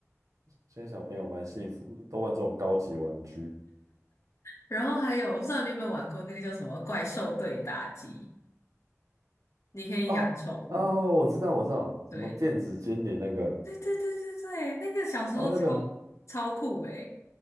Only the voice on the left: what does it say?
然后还有我不知道你有没有玩过那个叫什么怪兽对打机，你可以养宠物。
对，
对对对对对，那个小时候超
超酷诶、